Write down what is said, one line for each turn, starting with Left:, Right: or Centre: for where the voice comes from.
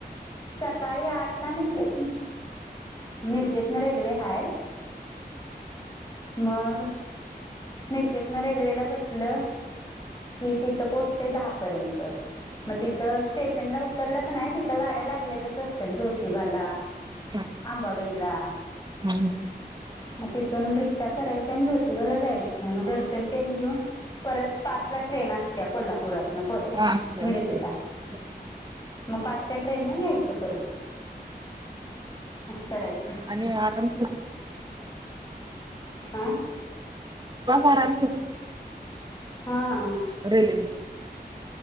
Left: सकाळी आठ ला मिर्जेतन मिर्जेतन रेल्वे हाय. मग. मिरजेतन रेल्वेला बसल कि तिथं पोहोचतंय दहा प मग तिथ स्टेशन ला उतरलं क नाही तिथं गाड्या लागलेल्याच असतात ज्योतिबाला.
Right: हा
Left: अांबा बाई ला
Right: हा
Left: म तिथून रिक्षा. करायची आणि जोतिबा ला जायच दर्शन ते घेऊन परत पाच ला ट्रेन असतिया कोल्हापूरात. परत
Right: हा असतंय
Left: मिरजेला.
Right: असतंय.
Left: मग पाचच्या ट्रेन न यायचं परत. करायचं
Right: आणि आराम सु.
Left: आा.
Right: आराम सुरत.
Left: हा.
Right: रेल्वे